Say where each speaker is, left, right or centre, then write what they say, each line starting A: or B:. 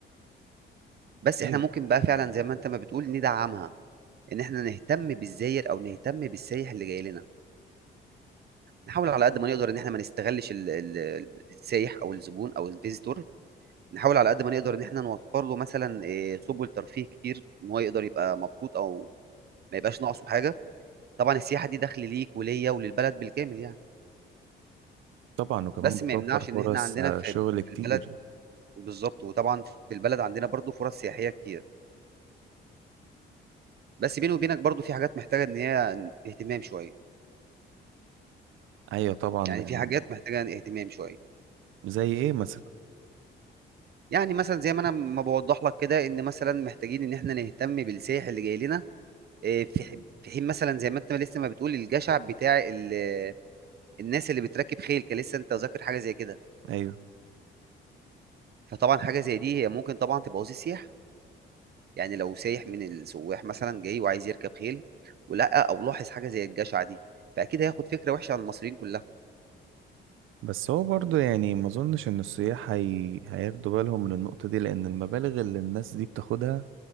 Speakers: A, on the right; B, on the right.
A: بس إحنا
B: ايوه
A: ممكن بقى فعلا زي ما أنت ما بتقول ندعمها إن إحنا نهتم بالزائر أو نهتم بالسايح اللي جاي لنا نحاول على قد ما نقدر إن إحنا ما نستغلّش ال ال السايح أو الزبون أو الvisitor، نحاول على قد ما نقدر إن إحنا نوفّر له مثلًا آآ سُبل ترفيه كتير إن هو يقدر يبقى مبسوط أو ما يبقاش ناقصه حاجة، طبعًا السياحة دي دخْل ليك وليّا وللبلد بالكامل يعني،
B: طبعا وكمان
A: بس
B: بتوفر
A: ما يمنعش
B: فرص
A: إن إحنا عندنا
B: آه،
A: في
B: شغل كتير
A: في البلد بالضبط، وطبعًا في البلد عندنا برضه فرص سياحية كتير، بس بيني وبينك برضه في حاجات محتاجة إن هي اهتمام شوية،
B: ايوه طبعا
A: يعني
B: لان
A: في حاجات محتاجة اهتمام شوية،
B: زي ايه مثلا
A: يعني مثلًا زي ما أنا ما باوضّح لك كده إن مثلًا محتاجين إن إحنا نهتم بالسايح اللي جاي لنا آه، في ح- في حين مثلا زي ما انت لسه ما بتقول الجشع بتاع ال- الناس اللي بتركب خيل كان لسه انت ذاكر حاجه زي كده
B: ايوه
A: فطبعا حاجه زي دي هي ممكن طبعا تبوظ السياح يعني لو سايح من السواح مثلا جاي وعايز يركب خيل ولقى او لاحظ حاجه زي الجشع دي فاكيد هياخد فكره وحشه عن المصريين كلها
B: بس هو برضو يعني ما اظنش ان السياح هي... هياخدوا بالهم من النقطة دي لان المبالغ اللي الناس دي بتاخدها